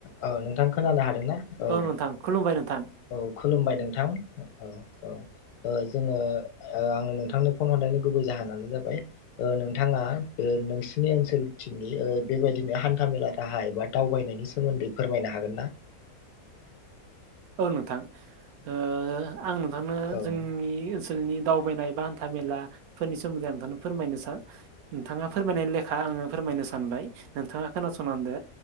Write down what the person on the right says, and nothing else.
नोंथां खुलुमबाय नोंथां
औ नोंथां ओ आं नोंथांनो
जोंनि ओनसोलनि जोंनि दावबायनाय बाहान्था मेलाफोरनि सोमोन्दै नोंथांनो फोरमायनो सा नोंथांङा फोरमायनाय लेखा आ ङो फोरमायनो सानबाय नोंथांङा खोनासंलांदो